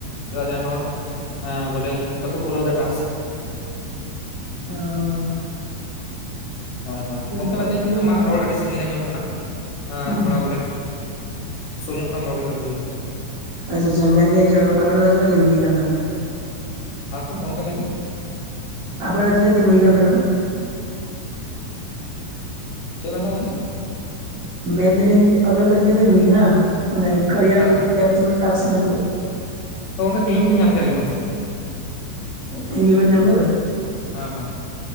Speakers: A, on the left; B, on the right.
A: ᱪᱮᱫᱟᱜ ᱡᱮ ᱟᱭᱢᱟ ᱦᱚᱲ ᱮᱻ ᱵᱚᱞᱮ ᱵᱟᱠᱚ ᱯᱩᱨᱟᱹᱣᱮᱫᱟ ᱴᱟᱥᱠ᱾
B: ᱚᱻ
A: ᱦᱳᱭ ᱦᱳᱭ ᱜᱚᱢᱠᱮ
B: ᱯᱚᱨᱮ
A: ᱢᱮᱱᱫᱟᱹᱧ
B: ᱛᱤᱱᱟᱹᱜ ᱫᱤᱱ
A: ᱟᱢᱟᱜ ᱨᱚᱲ ᱟᱹᱰᱤ ᱥᱟᱺᱜᱤᱧ ᱨᱮ ᱟᱸᱡᱚᱢᱚᱜ ᱠᱟᱱᱟ,
B: ᱟᱪᱪᱷᱟ
A: ᱛᱷᱚᱲᱟ ᱵᱚᱞᱮ- ᱥᱩᱨ ᱧᱚᱜ ᱠᱷᱚᱡ ᱮᱢ ᱨᱚᱲ ᱞᱮᱠᱷᱟᱱ ᱵᱷᱟᱹᱜᱤ ᱦᱩᱭ ᱠᱚᱜᱼᱟ᱾
B: ᱟᱪᱪᱷᱟ ᱟᱪᱪᱷᱟ, ᱢᱮᱱᱟᱹᱧ ᱡᱮ ᱟᱵᱮᱱᱟᱜ ᱫᱚ ᱛᱤᱱᱟᱹᱜ ᱫᱤᱱ ᱦᱩᱭ ᱟᱠᱟᱱ ᱛᱟᱵᱮᱱᱟ?
A: ᱦᱟᱸ ᱦᱟᱸ ᱜᱚᱢᱠᱮ ᱞᱟᱹᱭ ᱢᱮ᱾
B: ᱟᱵᱮᱱᱟᱜ ᱫᱚ ᱛᱤᱱᱟᱹᱜ ᱫᱤᱱ ᱦᱩᱭ ᱟᱠᱟᱱ ᱛᱟᱵᱮᱱᱟ?
A: ᱪᱮᱫ ᱢᱮᱱᱫᱟ ᱜᱚᱢᱜᱮ?
B: ᱢᱮᱱᱫᱟᱞᱤᱧ ᱡᱮ ᱟᱵᱮᱱᱱᱟᱜ ᱫᱚ ᱛᱤᱱᱟᱹᱜ ᱫᱤᱱ ᱦᱩᱭᱟᱠᱟᱱᱟ ᱢᱟᱱᱮ ᱠᱟᱨᱤᱭᱟ
A: ᱦᱮᱸ
B: ᱨᱮᱱᱟᱜ ᱮᱯᱥ ᱴᱟᱯᱥ ᱧᱟᱢ ᱠᱟᱛᱮ?
A: ᱜᱚᱝᱠᱮ ᱛᱤᱦᱤᱧ ᱜᱮᱞᱤᱧ ᱧᱟᱢ ᱠᱮᱫᱟ ᱤᱧ ᱢᱟ
B: ᱛᱮᱦᱤᱧ ᱜᱮᱵᱮᱱ ᱧᱟᱢ ᱠᱟᱫᱟ?
A: ᱦᱮᱸ ᱦᱮᱸ᱾